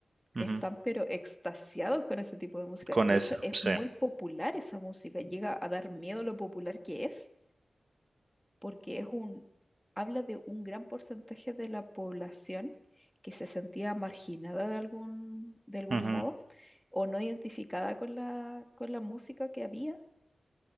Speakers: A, on the right (about 50°); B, in the centre.
A: Ujú.
B: están pero extasiados con ese tipo de música.
A: Con
B: De
A: esa,
B: hecho, es
A: sí.
B: muy popular esa música. Llega a dar miedo lo popular que es, porque es un, habla de un gran porcentaje de la población que se sentía marginada de algún, de algún
A: Ujú.
B: modo o no identificada con la, con la música que había